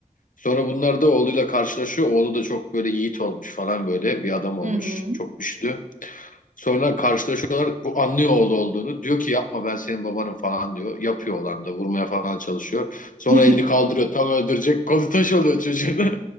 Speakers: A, on the left (about 70°); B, on the right (about 60°).
A: Sonra bunlar da oğluyla karşılaşıyor. Oğlu da çok böyle yiğit olmuş falan böyle bir adam olmuş.
B: Hı hı.
A: Çok güçlü. Sonra karşılaşıyorlar. Bu anlıyor oğlu olduğunu. Diyor ki yapma ben senin babanım falan diyor. Yapıyor olan da vurmaya falan çalışıyor. Sonra
B: <laughs>
A: elini kaldırıyor tam öldürecek. Kolu taş oluyor çocuğun.